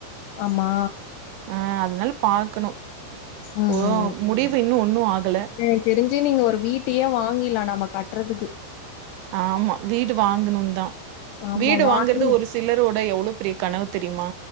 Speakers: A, on the left; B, on the right.
A: ஆமா
B: அ அதனால பாக்கனு இப்போ
A: ம் ம்
B: முடிவு இன்னு ஒன்னு ஆகல
A: எனக்கு தெரிஞ்சு நீங்க ஒரு வீட்டையே வாங்கிலா நாம கட்றதுக்கு
B: ஆமா வீடு வாங்கணுதா
A: ஆமா
B: வீடு
A: வாங்கி
B: வாங்கற்து ஒரு சிலர் யோட எவ்ளோ பெரிய கனவு தெரியுமா